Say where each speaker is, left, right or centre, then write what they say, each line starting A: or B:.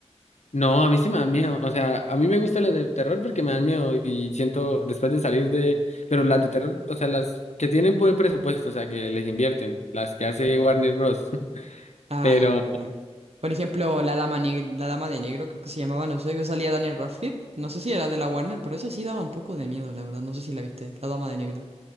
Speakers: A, on the left (about 75°); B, on the right (about 60°).
A: No, a mí sí me dan miedo, o sea, a mí me gustan las de terror porque me dan miedo y siento después de salir de, pero las de terror, o sea, las que tienen buen presupuesto, o sea, que les invierten, las que hace Warner Bros. <laughs>
B: Ah,
A: Pero
B: ya, ya, ya. Por ejemplo, la dama neg- la dama de negro, creo que se llamaba, no sé, que salía Daniel Radcliffe. No sé si era de la Warner, pero esa sí daba un poco de miedo, la verdad. No sé si la viste, la dama de negro.